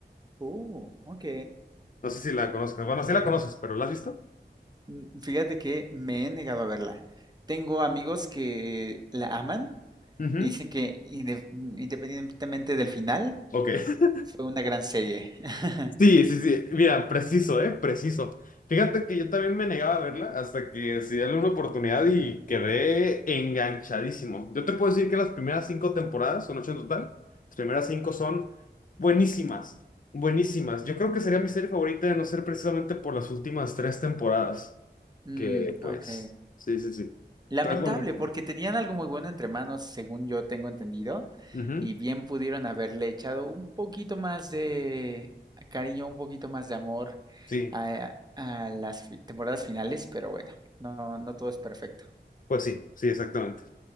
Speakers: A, on the right (about 20°); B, on the left (about 50°).
A: Oh, ok.
B: No sé si la conozcas. Bueno, sí la conoces, pero ¿la has visto?
A: Mm, Fíjate que me he negado a verla. Tengo amigos que la aman
B: Ujú.
A: y dicen que inde- independientemente del final,
B: Ok. <laughs>
A: fue una gran serie. <laughs>
B: Sí, sí, sí. Mira, preciso, ¿eh? Preciso. Fíjate que yo también me negaba a verla hasta que decidí darle una oportunidad y quedé enganchadísimo. Yo te puedo decir que las primeras cinco temporadas, son ocho en total, las primeras cinco son buenísimas, buenísimas. Yo creo que sería mi serie favorita de no ser precisamente por las últimas tres temporadas.
A: Mm,
B: que pues,
A: ok.
B: sí, sí, sí.
A: Lamentable,
B: Pero es bonito.
A: porque tenían algo muy bueno entre manos, según yo tengo entendido,
B: Ujú.
A: y bien pudieron haberle echado un poquito más de cariño, un poquito más de amor
B: Sí,
A: a, a las fi- temporadas finales, pero bueno, no, no todo es perfecto.
B: pues sí, sí, exactamente.